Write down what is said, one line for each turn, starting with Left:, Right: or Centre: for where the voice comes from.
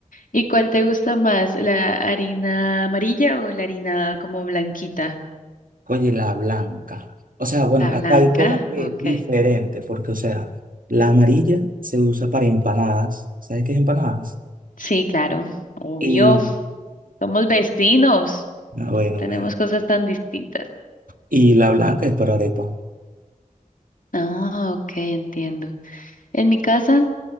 Left: ¿Y cuál te gusta más, la harina amarilla o la harina como blanquita?
Right: Oye, la blanca. O sea, bueno,
Left: La
Right: acá
Left: blanca,
Right: hay como que
Left: ok.
Right: diferente, porque, o sea, la amarilla se usa para empanadas. ¿Sabes qué es empanadas?
Left: Sí, claro, obvio.
Right: Y,
Left: Somos vecinos,
Right: ah, bueno,
Left: no tenemos
Right: bueno.
Left: cosas tan distintas.
Right: Y la blanca es para arepa.
Left: Ah, ok, entiendo. En mi casa